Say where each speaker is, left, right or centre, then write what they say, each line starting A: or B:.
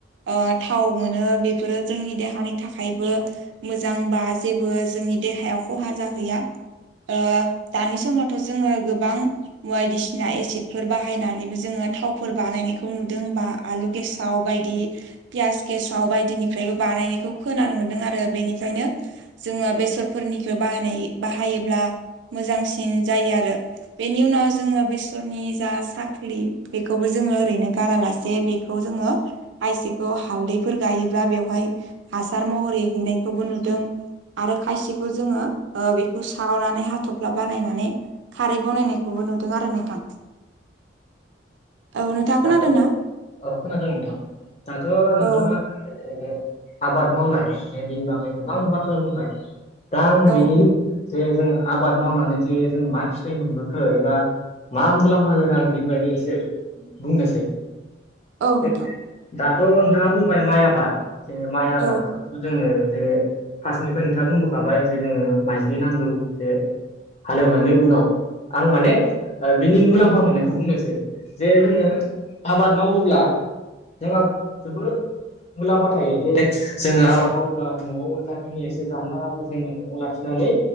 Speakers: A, on the right; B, on the left.
A: ओ थाव मोनो बेफोरो जोंनि देहानि थाखायबो मोजांबा जेबो जोंनि देहायाव खहा जाहैया ओ दानि समाव जोंङो गोबां बायदिसिना एसिडफोर बाहायनानैबो जोंङो थावफोर बानायनायखौ नुदों बा आलु गेसाव बायदि फियास गेसाव बायदिनिफ्रायबो बानायनायखौ खोनानो मोन्दों आरो बेनिखायनो जोंङो बेसरफोरनिखौ बाहानाय बाहायोब्ला मोजांसिन जायो आरो बेनि उनाव जोङो बेस सरनि जा साख्लि बेखौबो जोङो ओरैनो गारालासे बेखौ जोङो खायसेखौ हालदैफोर गायोब्ला बेवहाय हासार महरै हैनायखौबो नुदों आरो खायसेखौ जोङो ओ बेखौ सावनानै हाथ'फ्ला बानायनानै खारै बनायनायखौबो नुदों आरो नोंथां औ नोंथाङा खोनादोंना
B: दाथ' औ खोनादों नोंथां दाथ' नोंथाङा
A: औ
B: ओ आबाद मावनाय जे बेनि बागै गोबां बाथ्रा बुंबाय दा आं
A: औ
B: बेनि जे जों आबाद मावनानै जे जों मा फिथाइ मोनबोखो एबा मा मुलाम्फा जाखो आं बेनि बागै एसे बुंनोसै।
A: औ
B: जे
A: नोंथां।
B: दाथ' नोंथांङा बुंबाय माइ आबाद जे माइ आबादखौ
A: औ
B: जोङो जे फार्स्टनिफ्राय नोंथांङा बुंबोखाबाय जे जोङो माइज्लि नांगौ जे हालेवनानै उनाव आं माने ओ बिनि मुलाम्फा मोननायखौ बुंनोसै जे जोङो आबाद मावोब्ला जोंहा जोबोद मुलाम्फा थायो जे जोङो आबाद मावोब्ला न'आव जाखिनि एसे जानो लागाखौ जोङो न'आव लाखिनानै